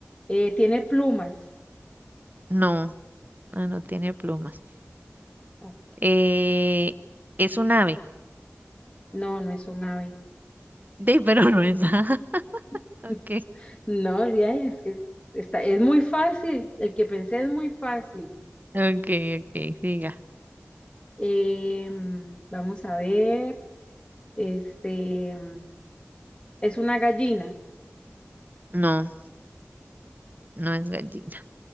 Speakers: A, on the left; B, on the right.
A: Eh, tiene plumas.
B: No, ah, no tiene plumas.
A: Oh,
B: Eh, es un ave. <laughs>
A: no, no es un ave.
B: De, pero no es nada. <laughs>
A: <laughs>
B: Ok,
A: No, ya es que está, es muy fácil. El que pensé es muy fácil.
B: ok, ok, siga.
A: Em, vamos a ver. Este em, es una gallina.
B: No, no es gallina.